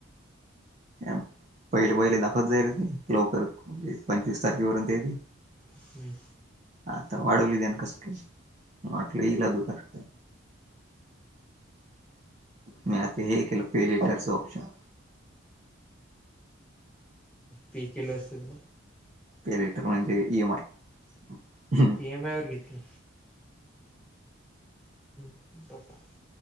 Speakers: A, on the right; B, in the centre.
A: पहिले, पहिले दाखवत जायल ती लवकरच म्हणजे पंचवीस तारखेपर्यंत तेजी
B: हम्म
A: आता वाढवली त्यानं कस काय, वाटलं येईल अगुदर मी आता हे केलं पे लिटरचं ऑप्शन
B: पी केलं असत तर मग?
A: पेर लेटर म्हणजे इ एम माय
B: ई एम आयवर घेतलं <unintelligible>